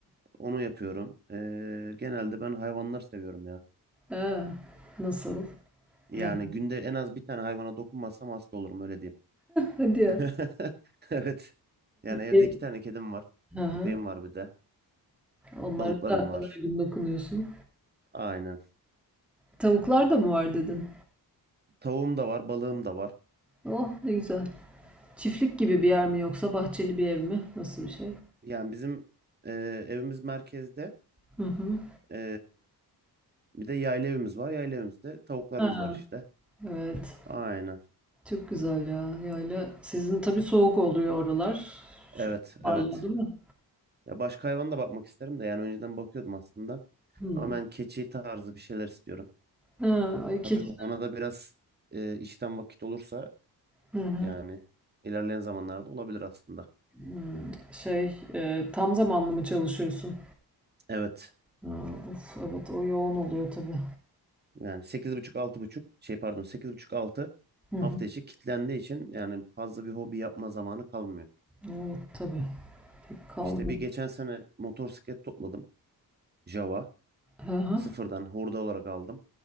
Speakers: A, on the right; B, in the centre.
A: Onu yapıyorum. Ee, genelde ben hayvanları seviyorum ya.
B: Ha, nasıl?
A: Yani
B: Ne?
A: günde en az bir tane hayvana dokunmazsam hasta olurum öyle diyeyim.
B: Hadi ya.
A: <laughs> Evet. Yani evde
B: E,
A: iki tane kedim var.
B: aha.
A: Köpeğim var bir de.
B: Onlara
A: Balıklarım
B: zaten
A: var.
B: her gün dokunuyorsun.
A: Aynen.
B: Tavuklar da mı var dedin?
A: Tavuğum da var, balığım da var.
B: Oh ne güzel. Çiftlik gibi bir yer mi yoksa bahçeli bir ev mi? Nasıl bir şey?
A: Yani bizim e, evimiz merkezde.
B: Hı hı.
A: E, bir de yayla evimiz var. Yayla evimizde tavuklarımız
B: Ha,
A: var işte.
B: evet.
A: Aynen.
B: Çok güzel ya. Yayla. Sizin tabii soğuk oluyor oralar.
A: Evet,
B: Şu hala
A: evet.
B: değil mi?
A: Ya başka hayvana da bakmak isterim de yani önceden bakıyordum aslında.
B: Hı.
A: Ama ben keçi tarzı bir şeyler istiyorum.
B: Ha, ay
A: Tabii
B: keçi.
A: ona da biraz e, işten vakit olursa
B: Hı hı.
A: Yani ilerleyen zamanlarda olabilir aslında.
B: Hmm, Şey, e, tam zamanlı mı çalışıyorsun?
A: Evet.
B: Ha, of, evet o yoğun oluyor tabii.
A: Yani sekiz buçuk altı buçuk şey pardon 8.30-6
B: Hı hı.
A: hafta içi kitlendiği için yani fazla bir hobi yapma zamanı kalmıyor.
B: Evet tabii. Kalmıyor.
A: İşte bir geçen sene motosiklet topladım. Java.
B: Hı hı.
A: Sıfırdan hurda olarak aldım.